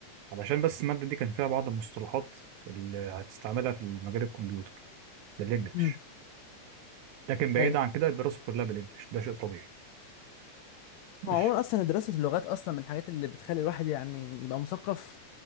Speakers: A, on the right; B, on the left.
A: علشان بس المادة دي كان فيها بعض المصطلحات اللي هتستعملها في مجال الكمبيوتر بالانجليش
B: امم
A: لكن بعيد
B: ايوه
A: عن كده الدراسة كلها بالانجليش ده شيء طبيعي ماشي
B: هو عموما اصلا دراسه اللغات اصلا من الحاجات اللي بتخلي الواحد يعني يبقى مثقف